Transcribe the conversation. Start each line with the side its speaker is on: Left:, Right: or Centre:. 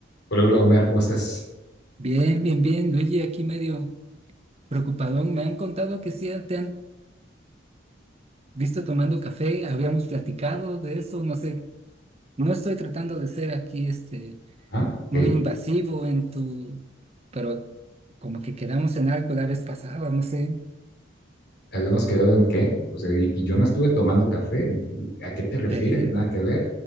Left: Hola, hola Omar, ¿cómo estás?
Right: Bien, bien, bien, Luigi, aquí medio preocupadón. Me han contado que sí te han visto tomando café, habíamos platicado de eso, no sé, no estoy tratando de ser aquí este
Left: Ah, ok.
Right: muy invasivo en tu, pero como que quedamos en algo la vez pasada, no sé.
Left: Habíamos quedado en qué. O sea, y, y yo no estuve tomando café. ¿A qué te refieres?
Right: Te-
Left: Nada que ver.